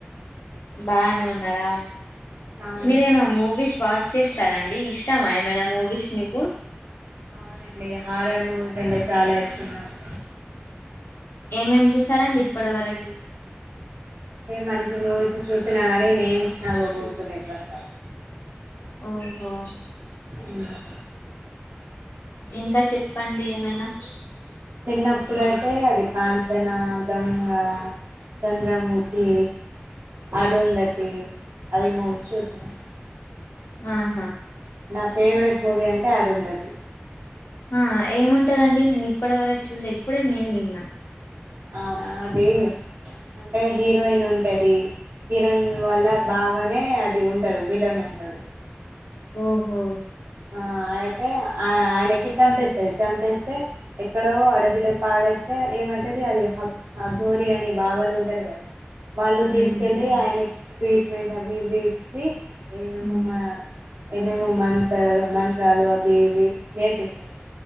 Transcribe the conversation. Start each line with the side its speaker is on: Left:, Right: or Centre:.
Left: బానే ఉన్నారా
Right: అవును
Left: మీరేమా మూవీస్ వాచ్ చేస్తారా అండి ఇష్టామా ఏమైనా మూవీస్ మీకు
Right: అవునండి హారర్ మూవీస్ అంటే చాలా ఇష్టం నాకు
Left: ఏమేం చూసారండి ఇప్పటి వరకి
Right: ఏ మంచి మూవీస్ చూసినా గానీ నేమ్స్ నాకు గుర్తులెవ్ అంత
Left: ఓహో
Right: హ్మ్.
Left: ఇంకా చె ప్పండి ఏమైనా
Right: చిన్నప్పుడు ఐతే అది కాంచన గంగ చంద్రముఖి అరుంధతి అవి మూవీస్ చూసినా
Left: ఆహా
Right: నా ఫేవరెట్ మూవీ అంటే అరుంధతి
Left: ఆ ఏం ఉంటదండి నేను ఇప్పటి వరకు చూడలే ఇప్పుడే నేమ్ విన్నా
Right: అవునా అది అంటే హీరోయిన్ ఉంటది హిరోయిన్ వల్ల బావనే అది ఉంటారు విలన్ ఉంటాడు
Left: ఓహో
Right: ఆ అయితే ఆ ఆయనకి చంపిస్త రు చంపేస్తే ఎక్కడో అడవిలో పాడేస్తే ఏమవుతుంది అది హబ్ ఆఘోరి అని బాబాలు ఉంటారు కదా వాళ్ళు
Left: ఉమ్
Right: తీసుకెళ్ళి ఆయనకు ట్రీట్మెంట్ చవివిస్తి ఏమేమమ్
Left: ఉమ్
Right: ఏమేమోమ్ మ మంత్రాలు అవి ఇవి నేర్పిస్తారు